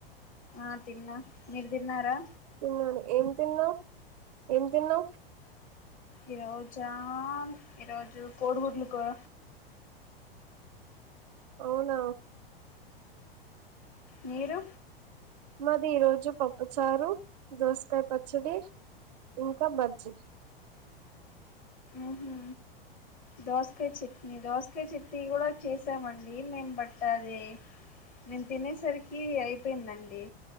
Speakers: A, on the left; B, on the right.
A: ఆ తిన్నా మీరు తిన్నారా
B: తిన్నాను ఏం తిన్నావు ఏం తిన్నావు
A: ఈ రోజా ఈరోజు కోడుగుడ్లు కూర
B: అవునా
A: మీరు
B: మాది ఈ రోజు పప్పుచారు దోసకాయ పచ్చడి ఇంకా బద్ చి
A: ఉహు దోసకాయ చట్నీ దోసకాయ చట్నీ కూడా చేసామండి మేం బట్టదే మేం తినేసరికి అయిపోయిందండి